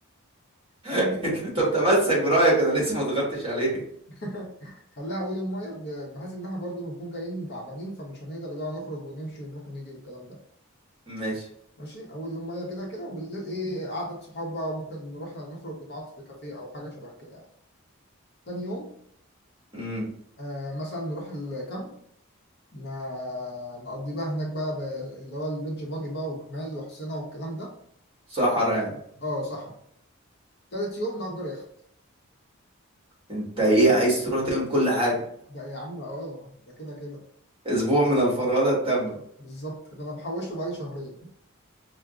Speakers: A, on the left (about 50°); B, on the right (about 25°).
A: أول
B: <laughs> انت بتمسك برأيك انا لسه ما ضغطتش عليك
A: <laughs> خليها أول يوم مية ب- بحيث إن إحنا برضه بنكون جايين تعبانين فمش هنقدر اللي هو نخرج ونمشي ونروح ونيجي والكلام ده
B: ماشي
A: ماشي أول يوم مية كده كده وبالليل إيه قعدة صحاب بقى وممكن نروح نخرج نقعد في كافيه أو حاجة شبه كده يعني تاني يوم
B: امم
A: آه مثلا نروح الكامب ما نقضي بقى هناك بقى ب- اللي هو البيتش باجي بقى وجمال وحسينة والكلام ده
B: صحرا يعني
A: اه صح تالت يوم نأجر يخت
B: انت ايه عايز تروح تعمل كل حاجة
A: ده يا عم اه ده كده كده
B: اسبوع من الفرهدة التامة
A: بالظبط ده انا بحوشته بقالي شهرين